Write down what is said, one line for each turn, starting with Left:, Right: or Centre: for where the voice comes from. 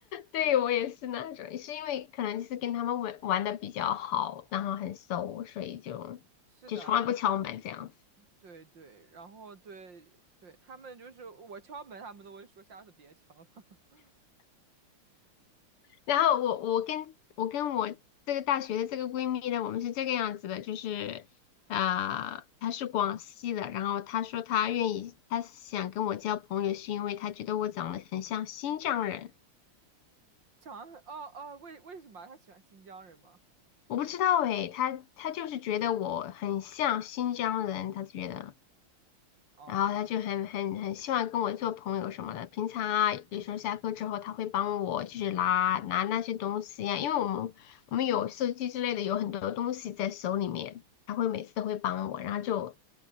Left: 对我也是那种，是因为可能就是跟他们玩玩的比较好，然后很熟，所以就就从来不敲门这样子。
Right: 是的啊，对对，然后对对，他们就是我敲门，他们都会说下次别敲了。<laughs>
Left: 然后我我跟我跟我这个大学的这个闺蜜呢，我们是这个样子的，就是啊、呃她是广西的，然后她说她愿意，她想跟我交朋友，是因为她觉得我长得很像新疆人。
Right: 长安，哦哦，为为什么他喜欢新疆人吗？
Left: 我不知道诶，他他就是觉得我很像新疆人，他觉得，
Right: 哦。
Left: 然后他就很很很希望跟我做朋友什么的。平常啊，有时候下课之后，他会帮我就是拿拿那些东西呀、因为我们我们有手机之类的，有很多东西在手里面，他会每次都会帮我，然后就